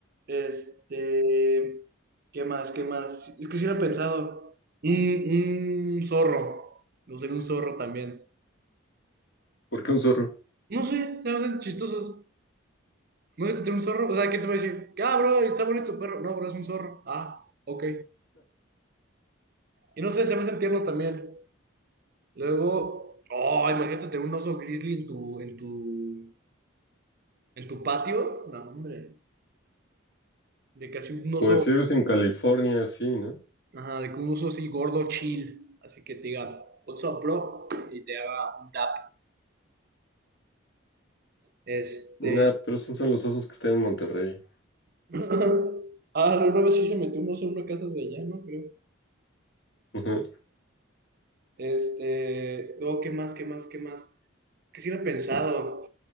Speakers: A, on the right; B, on the left.
A: este, ¿qué más? ¿Qué más? Es que si lo he pensado. Un, un zorro. Me gustaría un zorro también.
B: ¿Por qué un zorro?
A: No sé, se me hacen chistosos. ¿Me gusta tener un zorro? O sea, ¿quién te va a decir? Ah, bro, está bonito tu perro. No, bro, es un zorro. Ah, ok. Y no sé, se me hacen tiernos también. Luego, oh, imagínate tener un oso grizzly en tu, en tu, en tu patio. No, hombre. de que así un oso,
B: Pues si vives en California, sí, ¿no?
A: ajá, de que un oso así gordo chill, así que te diga, what's up, bro, y te haga un dap. Este,
B: Nah, pero esos son los osos que están en Monterrey.
A: <laughs> ah, una vez sí se metió un oso en una casa de allá, ¿no? Creo.
B: <laughs> Ajá,
A: Este, luego, ¿qué más, qué más, qué más? Que sí lo he pensado,